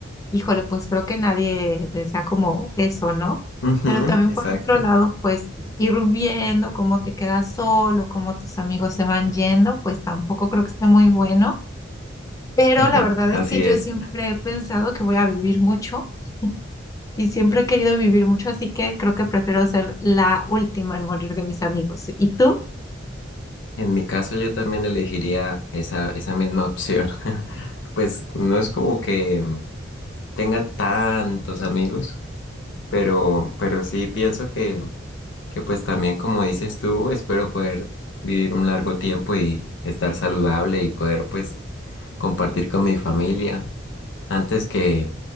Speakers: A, on the left (about 15°); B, on the left (about 70°).
A: Híjole, pues creo que nadie desea como eso, ¿no?
B: Ujú,
A: Pero también
B: exacto.
A: por otro lado, pues ir viendo cómo te quedas solo, cómo tus amigos se van yendo, pues tampoco creo que esté muy bueno. Pero
B: <laughs>
A: la verdad
B: Así
A: es que yo
B: es.
A: siempre he pensado que voy a vivir mucho y siempre he querido vivir mucho, así que creo que prefiero ser la última en morir de mis amigos. ¿Y tú?
B: En mi caso yo también elegiría esa, esa misma opción. <laughs> Pues no es como que tenga tantos amigos, pero, pero sí pienso que, que pues también como dices tú, espero poder vivir un largo tiempo y estar saludable y poder pues compartir con mi familia antes que,